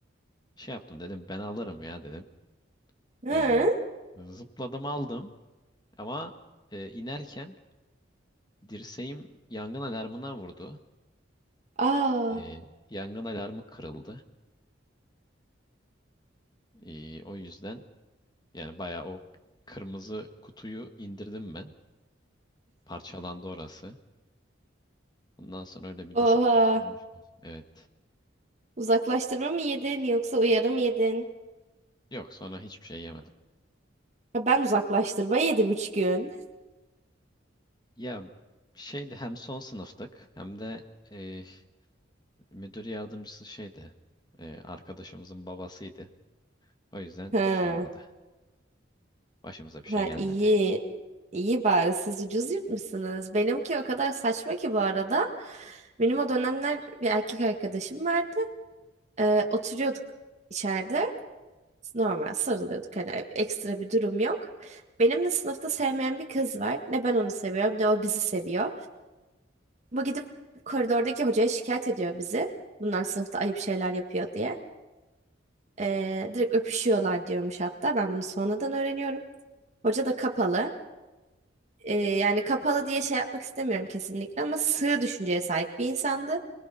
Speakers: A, on the left (about 20°); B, on the right (about 35°).
A: şey yaptım dedim ben alırım ya dedim.
B: Ha.
A: E, zıpladım aldım ama e, inerken dirseğim yangın alarmına vurdu.
B: Aa.
A: E, yangın alarmı kırıldı. E, o yüzden yani bayağı o kırmızı kutuyu indirdim ben. Parçalandı orası. Ondan sonra öyle bir
B: Oha.
A: disiplin olmuştu. Evet.
B: Uzaklaştırma mı yedin yoksa uyarı mı yedin?
A: Yok sonra hiçbir şey yemedim.
B: Ha, ben uzaklaştırma yedim üç gün.
A: Ya şeydi hem son sınıftık hem de e, müdür yardımcısı şeydi. E, arkadaşımızın babasıydı. O yüzden
B: Ha.
A: şey olmadı. Başımıza bir şey
B: Ha
A: gelmedi.
B: iyi. İyi bari siz ucuz yırtmışsınız. Benimki o kadar saçma ki bu arada. Benim o dönemler bir erkek arkadaşım vardı. Ee, oturuyorduk içeride. Normal sarılıyorduk. Hani ekstra bir durum yok. Benim de sınıfta sevmeyen bir kız var. Ne ben onu seviyorum ne o bizi seviyor. Bu gidip koridordaki hocaya şikayet ediyor bizi. Bunlar sınıfta ayıp şeyler yapıyor diye. Ee, direkt öpüşüyorlar diyormuş hatta. Ben bunu sonradan öğreniyorum. Hoca da kapalı. Ee, yani kapalı diye şey yapmak istemiyorum kesinlikle ama sığ düşünceye sahip bir insandı.